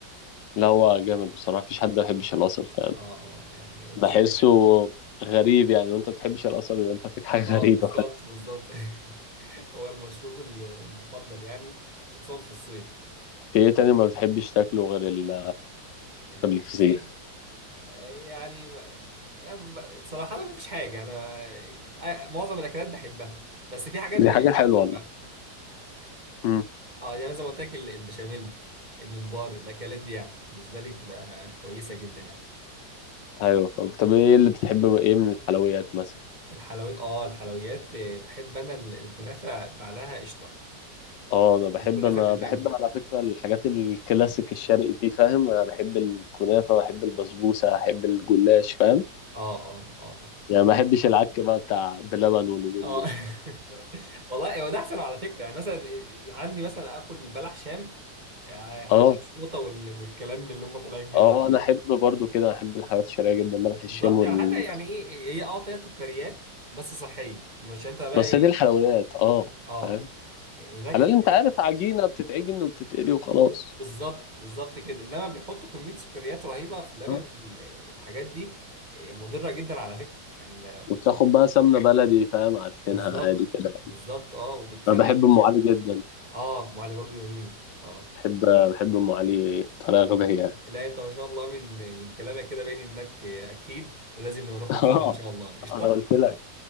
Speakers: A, on the left; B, on the right.
A: لا هو جامد بصراحه مفيش حد ما بيحبش القصب فاهم
B: اه اه يعني وخصوصا
A: بحسه
B: كمان
A: غريب يعني وانت ما بتحبش القصب يبقى انت فيك حاجه
B: اه
A: غريبه
B: بالظبط
A: فاهم
B: بالظبط <laughs> هو المشروب ال- المفضل يعني وخصوصا في الصيف
A: في ايه تاني ما بتحبش تاكله غير ال-
B: ال-
A: غير
B: الفسيخ
A: الفسيخ
B: يعني ما- يعني ما- صراحة ما فيش حاجة يعني آه، معظم الأكلات بحبها بس في حاجات
A: دي
B: بميزها
A: حاجه حلوه
B: أكتر
A: والله
B: بقى
A: امم
B: اه يعني زي ما قلت لك ال- البشاميل الممبار الأكلات دي يعني بالنسبة لي بتبقى كويسة جدا يعني
A: ايوه فاهم طب ايه اللي بتحبه ايه من الحلويات مثلا
B: الحلويات اه الحلويات آه، بحب أنا ال- الكنافة بعلاها قشطة
A: اه انا بحب
B: الكنافة
A: انا
B: بالمانجا
A: بحب على فكره الحاجات الكلاسيك الشرقي دي فاهم انا بحب الكنافه بحب البسبوسه بحب الجلاش فاهم
B: اه اه اه
A: يعني ما بحبش العك بقى بتاع بلبن واليومين
B: اه
A: دول
B: <laughs> آه. والله هو ده أحسن على فكرة يعني مثلا آه، عندي مثلا آكل البلح شام يعني عن
A: اه
B: الشوطة وال- والكلام اللي هم طالعين بيه
A: اه
B: ده
A: انا احب برضو كده احب الحلويات الشرقيه جدا ملح الشام
B: بالظبط
A: والزلابيه
B: يعني حتى يعني ايه هي اه فيها سكريات بس صحيه مش انت بقى
A: بس
B: ايه
A: دي الحلويات اه
B: اه
A: فاهم
B: هناك
A: على
B: في
A: اللي
B: البلاد-
A: انت عارف عجينه بتتعجن وبتتقلي وخلاص
B: بالظبط بالظبط كده انما بيحطوا كميه سكريات رهيبه في اللبن
A: آه.
B: وال- والحاجات دي إيه، مضره جدا على فكره يعني ما
A: وبتاخد بقى سمنه بلدي فاهم عارفينها
B: بالظبط
A: عادي كده
B: بالظبط اه وبتخلي
A: انا بحب
B: اللسان
A: ام علي جدا
B: <laughs> اه معلي برضو جميله اه
A: بحب بحب ام علي بطريقه غبيه
B: لا انت ما شاء الله من من كلامك كده باين انك اكيل ولازم نبقى نخرج
A: اه <laughs>
B: سوا ان شاء الله قشطه
A: انا قلت لك